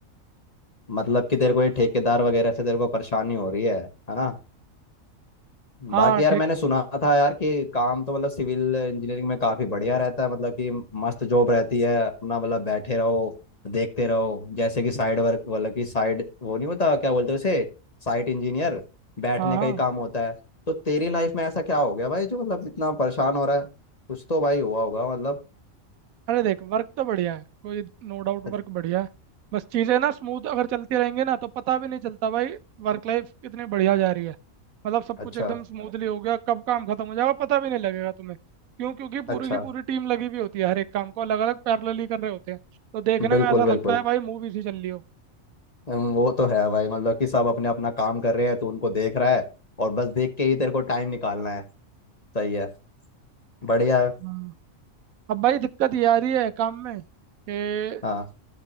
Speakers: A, on the left (about 30°); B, on the right (about 90°).
A: मतलब कि तेरे को ये ठेकेदार वगैरह से तेरे को परेशानी हो रही है है ना
B: हाँ
A: बाकी यार
B: ठीक
A: मैंने सुना था यार कि काम तो मतलब सिविल इंजीनियरिंग में काफी बढ़िया रहता है मतलब कि मस्त जॉब रहती है अपना मतलब बैठे रहो देखते रहो जैसे कि साइड वर्क मतलब कि साइड वो नहीं होता क्या बोलते हैं उसे साइट इंजीनियर बैठने
B: हाँ हाँ
A: का ही काम होता है तो तेरी लाइफ में ऐसा क्या हो गया भाई जो मतलब इतना परेशान हो रहा है कुछ तो भाई हुआ होगा मतलब
B: अरे देख वर्क तो बढ़िया है कोई नो डाउट
A: अच-
B: वर्क बढ़िया है बस चीज़ें ना स्मूथ अगर चलती रहेंगी ना तो पता भी नहीं चलता भाई वर्क लाइफ कितनी बढ़िया जा रही है मतलब सब कुछ
A: अच्छा
B: एकदम स्मूथली हो गया कब काम खत्म हो जाएगा पता भी नहीं लगेगा तुम्हें क्यों क्योंकि
A: अच्छा
B: पूरी की पूरी टीम लगी हुई होती है हर एक काम को अलग अलग पैरेलली कर रहे होते हैं तो देखने
A: बिल्कुल
B: में ऐसा
A: बिल्कुल
B: लगता है भाई मूवी सी चल रही हो
A: हम्म, वो तो है भाई मतलब कि सब अपने अपना काम कर रहे हैं तो उनको देख रहा है और बस देख के ही तेरे को टाइम निकालना है सही है बढ़िया है।
B: हाँ अब भाई दिक्कत ये आ रही है काम में कि
A: हाँ